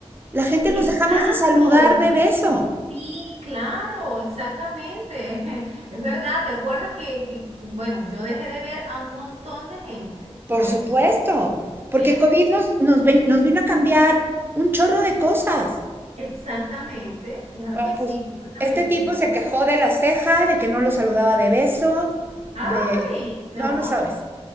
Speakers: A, on the right; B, on the right.
A: La gente nos
B: Exacto,
A: dejamos de saludar de beso,
B: ex- sí, claro, exactamente, <laughs> es verdad, ¿te acuerdas que, que, bueno, yo dejé de ver a un montón de gente
A: por
B: por
A: supuesto,
B: eso, ¿entiendes?
A: porque COVID nos, nos, ven- nos vino a cambiar un chorro de cosas.
B: Exactamente, claro
A: Bueno,
B: que sí,
A: pues
B: completamente,
A: este tipo
B: ya
A: se
B: uno
A: quejó
B: no.
A: de la ceja, de que no lo saludaba de beso,
B: Ay,
A: de...
B: no,
A: No, no sabes.